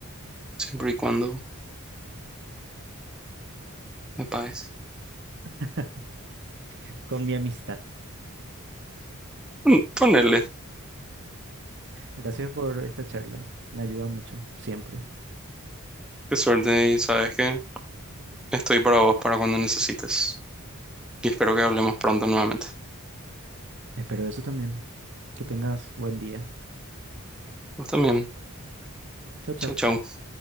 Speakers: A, in the centre; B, on the right (about 55°).
A: siempre y cuando me pagues.
B: <laughs> con mi amistad.
A: Pon- Ponerle,
B: Gracias por esta charla, me ayuda mucho, siempre.
A: qué suerte y sabes que estoy para vos para cuando necesites. Y espero que hablemos pronto nuevamente.
B: Espero eso también. Que tengas buen día.
A: Vos también.
B: Chao, chao.
A: Chau, chau.